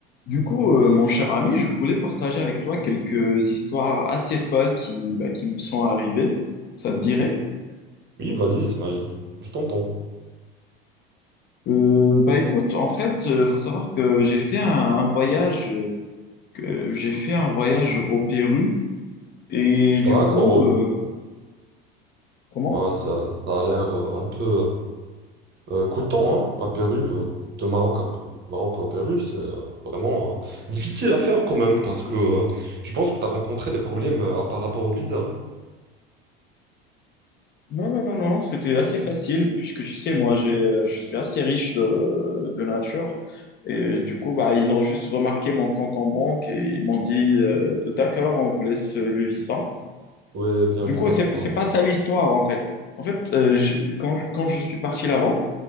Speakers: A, on the left (about 35°); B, on the right (about 35°).
A: Du coup, euh, mon cher ami, je voulais partager avec toi quelques histoires assez folles qui, bah, qui me sont arrivées. Ça te dirait?
B: Oui, vas-y, Ismail, je t'entends.
A: Euh, bah écoute, en fait, il faut savoir que j'ai fait un, un voyage, euh, que j'ai fait un voyage au Pérou et du
B: D'accord,
A: coup,
B: oh.
A: euh, comment?
B: Ouais, ça, ça a l'air euh, un peu euh, euh, coûtant, hein, à Pérou. euh. De Maroc à, Maroc à Pérou, c'est euh, vraiment euh, difficile à faire quand même, parce que euh, je pense que tu as rencontré des problèmes euh, par rapport au visa.
A: Non, non, non, non, c'était assez facile puisque tu sais, moi, j'ai, euh, je suis assez riche de, de nature et du coup, bah ils ont juste remarqué mon compte en banque et ils m'ont dit, euh, d'accord, on vous laisse le visa.
B: Oui, bien
A: Du
B: évidemment,
A: coup, c'est
B: bah,
A: c'est pas ça l'histoire en fait. En fait, euh, je- quand, quand je suis parti là-bas,